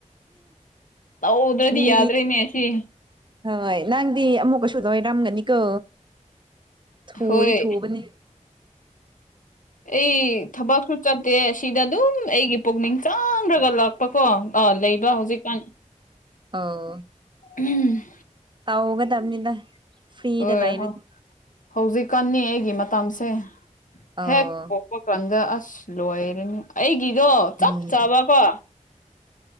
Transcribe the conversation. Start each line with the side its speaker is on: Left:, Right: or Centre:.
Left: ꯇꯧꯗ꯭ꯔꯗꯤ
Right: ꯃꯤ
Left: ꯌꯥꯗ꯭ꯔꯦꯅꯦ ꯍꯦ
Right: ꯍꯣꯏ ꯅꯪꯗꯤ ꯑꯃꯨꯛꯀꯁꯨꯨ ꯂꯣꯏꯔꯝꯒꯅꯤꯀꯣ ꯊꯨꯗꯤ
Left: ꯍꯣꯏ
Right: ꯊꯨꯕꯅꯦ
Left: ꯑꯩ ꯊꯕꯛꯁꯨ ꯆꯠꯇꯦ ꯑꯁꯤꯗ ꯑꯗꯨꯝ ꯑꯩꯒꯤ ꯄꯨꯛꯅꯤꯡ ꯆꯪꯈ꯭ꯔꯒ ꯂꯥꯛ ꯄꯀꯣ ꯑ ꯂꯩꯕ ꯍꯧꯖꯤꯛꯀꯥꯟ
Right: ꯑꯣ
Left: ꯎꯝ
Right: ꯇꯧꯒꯗꯕꯅꯤꯗ ꯐ꯭ꯔꯤꯗ
Left: ꯍꯣꯏ
Right: ꯂꯩꯔꯗꯤ
Left: ꯍꯧꯖꯤꯛꯀꯥꯟꯅꯤ ꯑꯩꯒꯤ ꯃꯇꯝꯁꯦ
Right: ꯑꯧ
Left: ꯍꯦꯛ ꯋꯥꯈꯜꯗ ꯑꯁ ꯂꯣꯏꯔꯅꯤ ꯑꯩꯒꯤꯗꯣ ꯆꯞ
Right: ꯎꯝ
Left: ꯆꯥꯕꯀꯣ